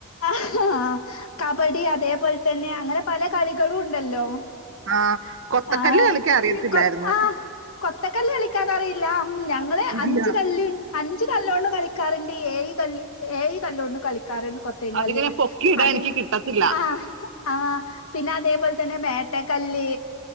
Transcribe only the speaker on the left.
ആ കബഡി അതേപോൽതെന്നെ അങ്ങനെ പല കളികളുണ്ടല്ലോ
ആഹ്
ഇനി കൊത് ആഹ് കൊത്തക്കല്ല് കളിക്കാനറിയില്ല. ഉം ഞങ്ങള്
അഞ്ച് കല്ല് അഞ്ച് കല്ലോണ്ടും കളിക്കാറുണ്ട്. ഏഴ് കല്ല് ഏഴ് കല്ലോണ്ടും കളിക്കാറ്ണ്ട് കൊത്തീങ്കല്ല്
അതെ
ആഹ് ആഹ് പിന്നതേപോലെ തന്നെ മേട്ടക്കല്ല്.,